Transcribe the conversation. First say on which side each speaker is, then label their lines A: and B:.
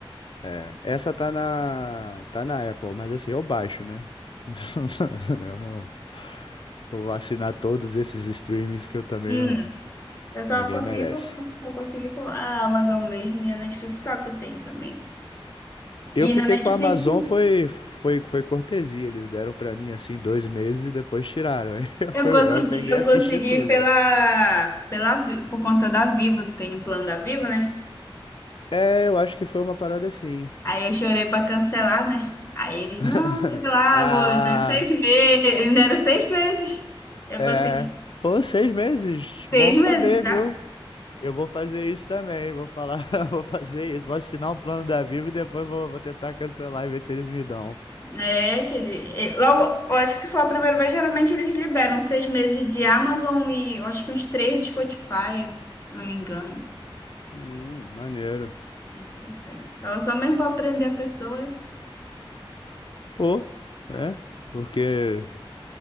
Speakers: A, on the left; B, on the left.
A: É, essa tá na, tá na Apple, mas assim, eu baixo, né? <laughs> Eu não vou assinar todos esses streams que eu também
B: Hum.
A: não,
B: Eu só
A: ninguém
B: consegui
A: merece.
B: por, só consegui por a Amazon mesmo e a Netflix só que tem também.
A: Eu
B: E
A: fiquei
B: na Netflix
A: com a Amazon, foi, foi, foi cortesia. Eles deram pra mim assim dois meses e depois tiraram. <laughs> Aí eu,
B: eu
A: fui-
B: consegui,
A: eu peguei
B: eu
A: e assisti
B: consegui
A: tudo.
B: pela,
A: né?
B: pela, Vi- por conta da Vivo, tem um plano da Vivo, né?
A: É, eu acho que foi uma parada assim.
B: Aí eu chorei pra cancelar, né? Aí eles,
A: <laughs>
B: não, sei lá,
A: Ah,
B: vou dar seis meses. Eles me deram seis meses. Eu
A: é.
B: consegui
A: Pô, seis meses. Bom
B: seis
A: saber,
B: meses,
A: viu?
B: tá?
A: Eu vou fazer isso também, vou falar, <laughs> vou fazer isso, vou assinar um plano da Vivo e depois vou, vou tentar cancelar e ver se eles me dão.
B: É, que ele, é, logo, eu acho que se for a primeira vez, geralmente eles liberam seis meses de Amazon e eu acho que uns três de Spotify, se eu não me engano.
A: Hum, maneiro.
B: É Interessante. Só, só mesmo para aprender a pessoa.
A: Ou, né? Porque